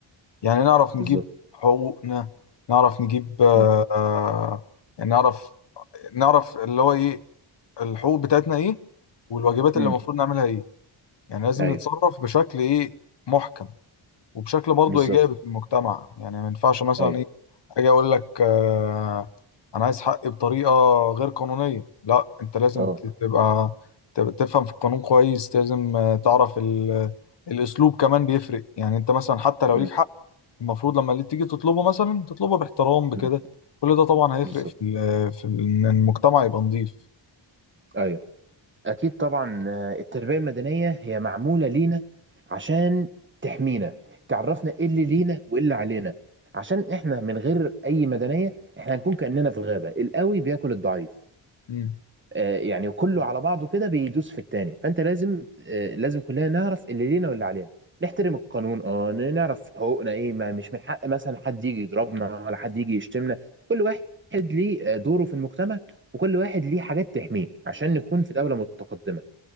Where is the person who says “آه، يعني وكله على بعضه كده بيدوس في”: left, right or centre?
Right